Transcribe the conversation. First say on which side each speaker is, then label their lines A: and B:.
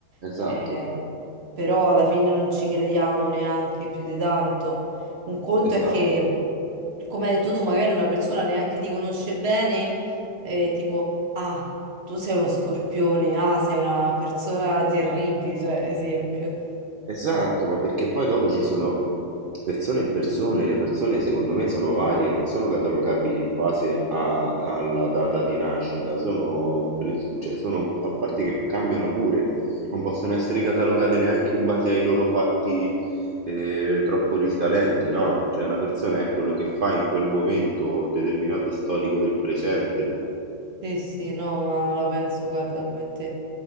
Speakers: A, on the right; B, on the right.
A: Esatto,
B: eh, però alla fine non ci crediamo neanche più di tanto. Un conto
A: esatto.
B: è che, come hai detto tu, magari una persona neanche ti conosce bene, eh, tipo, ah, tu sei uno scorpione, ah, sei una persona terribile, cioè, esempio.
A: Esatto, ma perché poi dopo ci sono persone e persone, le persone secondo me sono varie, non sono catalogabili in base a- alla data di nascita, sono, per- cioè, sono- a parte che cambiano pure, non possono essere catalogate neanche in base ai loro fatti eh, troppo risalenti, no? Cioè una persona è quello che fa in quel momento determinato storico del presente.
B: Sì, sì, no, ma la penso, guarda, come te.